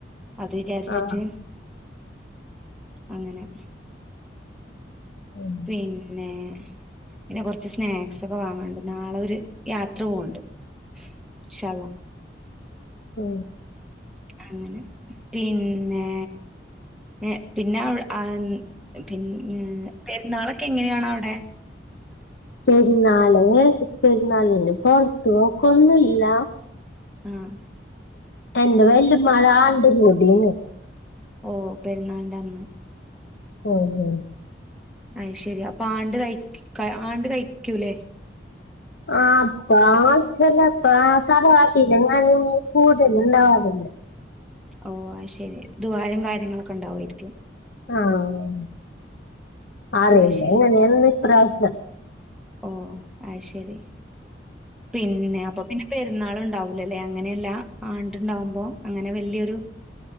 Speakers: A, in the centre; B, on the left.
A: അത് വിചാരിച്ചിട്ട്
B: ആ
A: അങ്ങനെ
B: ഉം
A: പിന്നെ പിന്നെ കുറച്ച് സ്നാക്സൊക്കെ വാങ്ങാണ്ട് നാളെ ഒരു യാത്ര പോവണ്ട് ഇൻശാഅല്ലാഹ്‌
B: ഓ
A: അങ്ങനെ പിന്നേ ഏ പിന്നെ അവി ആ പിന്നെ പെരുന്നാളൊക്കെ എങ്ങനെയാണവിടെ?
B: പെരുന്നാള് പെരുന്നാൾന് പുറത്തുപോക്കൊന്നുംല്ല
A: ആഹ്
B: എന്റെ വല്ലുമടെ ആണ്ടും കൂടിആണ്
A: ഓ പെരുന്നാളിന്റ അന്ന്
B: മ് മ്
A: അയ് ശെരി അപ്പൊ ആണ്ട് കയിക് ആണ്ട് കഴിക്കൂല്ലേ
B: ആ അപ്പ ചിലപ്പ തലവാട്ടിലെങ്ങാനും കൂടുലുണ്ടാവാറുണ്ട്
A: ഓ അയ്ശെരി ദുആ യും കാര്യങ്ങളൊക്കെ ഉണ്ടാവുവായിരിക്കും
B: ആഹ് അറിയില്ലെങ്ങനെയാണ്ന്ന്‌
A: അത് ശരി
B: ഇപ്രാവശ്യം
A: ഓ അയ് ശരി പിന്നെ അപ്പൊ പിന്നെ പെരുന്നള് ഉണ്ടാവൂലല്ലേ അങ്ങനെയല്ല ആണ്ടുണ്ടാവുമ്പോ അങ്ങനെ വലിയൊരു